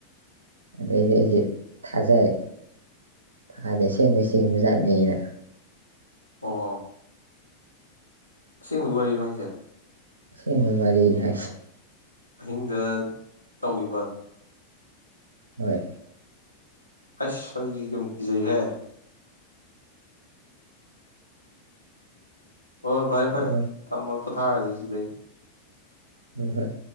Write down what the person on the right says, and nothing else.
ꯑꯗꯨꯗꯩꯗꯤ ꯑꯩꯁꯦ ꯊꯥꯖꯔꯦ ꯐꯥꯟꯁꯦ ꯑꯁꯦꯡꯕꯩ ꯆꯤꯡꯕꯖꯥꯠꯅꯦꯅ
ꯑꯁꯦꯡꯕꯩ ꯋꯥꯔꯤꯅꯦ ꯍꯥꯏꯁꯦ
ꯍꯣꯏ
ꯑꯣ
ꯎꯝ ꯍꯣꯏ